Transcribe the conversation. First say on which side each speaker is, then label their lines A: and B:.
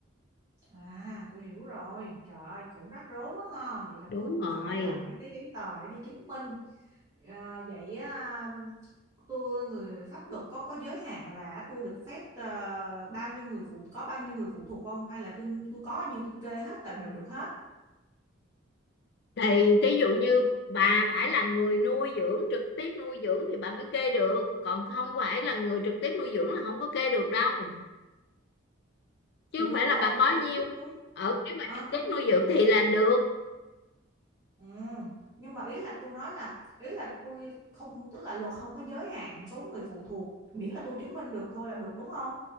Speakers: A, on the right; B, on the left.
A: à tôi hiểu rồi. Trời ơi cũng rắc rối quá ha. Vậy là
B: đúng
A: tôi cũng
B: rồi
A: phải làm mấy cái giấy tờ để đi chứng minh. À, vậy à, tôi người pháp luật có có giới hạn là tôi được phép ờ, bao nhiêu người phụ có bao nhiêu người phụ thuộc không hay là tôi tôi có bao nhiêu tôi kê hết là đều được hết
B: thì thí dụ như bà phải là người nuôi dưỡng trực tiếp nuôi dưỡng thì bà mới kê được còn không phải là người trực tiếp nuôi dưỡng là không có kê được đâu chứ
A: thì
B: không
A: đúng
B: phải là
A: rồi
B: bà có
A: tôi
B: nhiêu
A: trực tiếp nuôi
B: ở nếu bà
A: Ờ,
B: trực tiếp
A: thì tôi
B: nuôi
A: trực
B: dưỡng
A: tiếp
B: thì là được
A: ừ. nhưng mà ý là tôi nói là ý là tôi không tức là luật không có giới hạn số người phụ thuộc miễn là tôi chứng minh được thôi là được đúng không